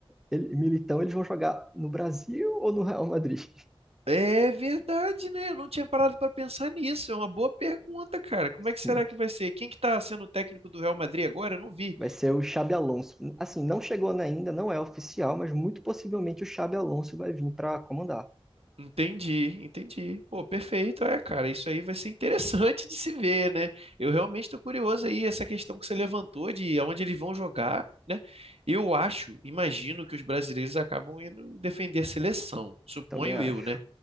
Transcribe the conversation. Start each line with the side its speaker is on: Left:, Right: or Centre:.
Centre: ele, Militão, eles vão jogar no Brasil ou no Real Madrid? <laughs>
Right: É verdade, né? Eu não tinha parado para pensar nisso. É uma boa pergunta, cara. Como é
Centre: Sim,
Right: que será que vai ser? Quem que tá sendo o técnico do Real Madrid agora? Eu não vi.
Centre: vai ser o Xabi Alonso. Assim, não chegou né, ainda, não é oficial, mas muito possivelmente o Xabi Alonso vai vir para comandar,
Right: Entendi, entendi. Pô, perfeito. É, cara, isso aí vai ser interessante de se ver, né? Eu realmente tô curioso aí, essa questão que você levantou de aonde eles vão jogar, né? Eu acho, imagino que os brasileiros acabam indo defender a seleção. Suponho
Centre: também acho.
Right: eu, né?